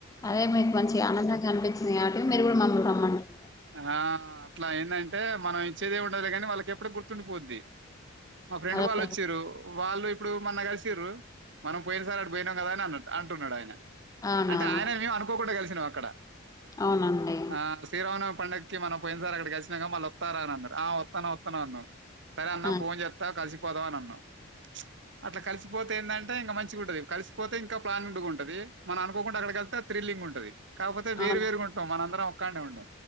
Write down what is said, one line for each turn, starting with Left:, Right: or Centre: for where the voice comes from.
Left: అదే మీకు మంచి ఆనందంగా అనిపించింది కాబట్టి మీరు కూడా మమ్మల్ని రమ్మంటార్
Right: ఆ అట్లా ఏంటంటే మనం ఇచ్చేదే ఏమీ ఉండదులే కాని వాళ్ళకి ఇప్పుడు గుర్తుండిపోద్ది మా ఫ్రెండ్
Left: అదొక
Right: వాళ్ళు వచ్చారు వాళ్ళు ఇప్పుడు మన్న కలిసిరారు మనం పోయిన సార్ అ పోయినాం కదా అని అ అంటున్నాడు ఆయన
Left: అవునవును
Right: అంటే ఆయన మేము అనుకోకుండా కద అక్కడ
Left: అవునండి
Right: ఆ శ్రీరామనవమి పండగ మనంయి సార్ అక్కడ కలినక మన వత్తారా అన్నారు ఆ వత్తన వత్తన అన్నా సరే అన్న
Left: ఆ
Right: ఫోన్ చెప్త కలిసి పోదాం అని అన్నా అట్లా కలిసిపోతే ఏందంటే ఇంకా మంచిగా ఉంటంది కలిసిపోతే ఇంకా ప్లానింగ్డ్గా ఉంటది మనం అనుకోకుండా అక్కడకి వెళ్తే థ్రిల్లింగ్ ఉంటది కాకపోతే వేరు
Left: అవునండి
Right: వేరుగా ఉంటాం మనందరం కండా ఉండో